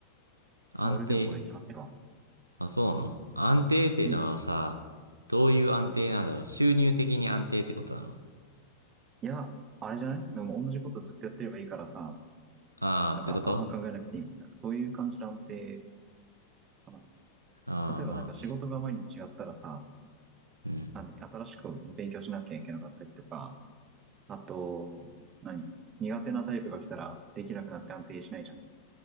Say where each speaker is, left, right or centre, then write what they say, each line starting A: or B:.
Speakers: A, on the right; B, on the right.
A: 安定。
B: まあ、俺でもこれ決まってるわ。
A: あ、そうなの安定っていうのはさ、
B: うん。
A: どういう安定なんだろう収入的に安定ってことなの
B: うんいや、あれじゃないでも同じことずっとやってればいいからさ、
A: ああー、
B: なんかあんま考えなくていい。
A: そういうこと
B: なんかそういう感じの安定うん
A: ああー、
B: 例えばなんか仕事が毎日違ったらさ、
A: まあ、しうん。
B: 何、新しく勉強しなきゃいけなかったりとか、あと、何、苦手なタイプが来たらできなくなって安定しないじゃん。